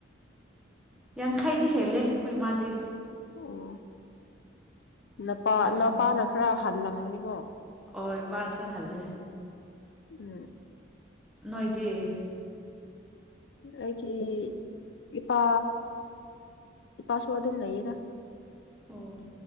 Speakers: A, in the centre; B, on the left.
A: ꯌꯥꯡꯈꯩꯗꯤ ꯍꯦꯜꯂꯦ ꯍꯣꯏ ꯃꯥꯗꯤ
B: ꯑꯣ ꯅꯄꯥ
A: ꯍꯦꯜꯂꯝꯅꯤ
B: ꯅꯄꯥꯅ ꯈꯔ ꯍꯜꯂꯝꯒꯅꯤꯀꯣ
A: ꯍꯣꯏ ꯏꯄꯥꯅ ꯈꯔ ꯍꯜꯂꯦ
B: ꯎꯝ
A: ꯅꯣꯏꯗꯤ
B: ꯑꯩꯒꯤ ꯏꯄꯥ ꯏꯄꯥꯁꯨ ꯑꯗꯨꯝ ꯂꯩꯌꯦꯗ
A: ꯑꯣ